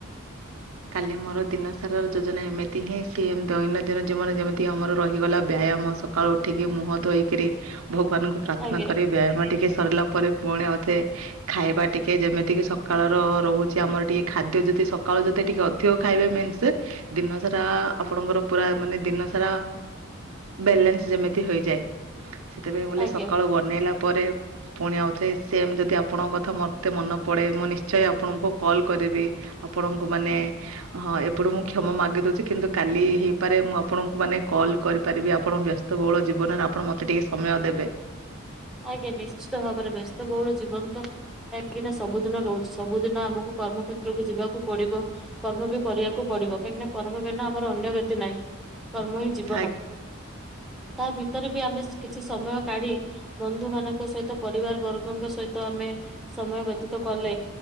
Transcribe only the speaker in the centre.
<inaudible>
ଆଜ୍ଞା
ଆଜ୍ଞା।
ଆଜ୍ଞା ନିଶ୍ଚିତ ଭାବରେ ବ୍ୟସ୍ତ ବହୁଳ ଜୀବନ ତ କାହିଁକି ନା ସବୁଦିନ ରହୁଛି ସବୁଦିନ ଆମକୁ କର୍ମ କ୍ଷେତ୍ରକୁୁ ଯିବାକୁ ପଡିବ। କର୍ମ ବି କରିବାକୁ ପଡିବ କାହିଁକି ନା କର୍ମ ବି ନା ଆମର ଅନ୍ୟ ଗତି ନାହିଁ କର୍ମ ହିଁ ଜୀବନ
ତା ଭିତରେ ବି ଆମେ ଶ୍ କିଛି ସମୟ କାଢି ବନ୍ଧୁ ମାନଙ୍କ ସହିତ ପରିବାର ବର୍ଗଙ୍କ ସହିତ ଆମେ ସମୟ ବ୍ୟତୀତ କଲେ।